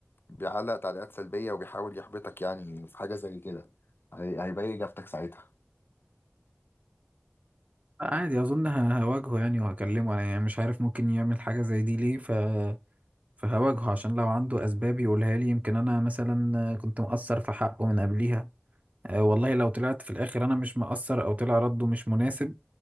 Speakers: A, on the left; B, on the right.
A: بيعلق تعليقات سلبية وبيحاول يحبطك يعني في حاجة زي كده هي- هيبين اجابتك ساعتها
B: عادي اظن ه- هواجهه يعني وهكلمه انا يعني مش عارف ممكن يعمل حاجه زي دي ليه ف فهواجهه عشان لو عنده اسباب يقولها لي يمكن انا مثلا كنت مقصر في حقه من قبليها أه والله لو طلعت في الاخر انا مش مقصر او طلع رده مش مناسب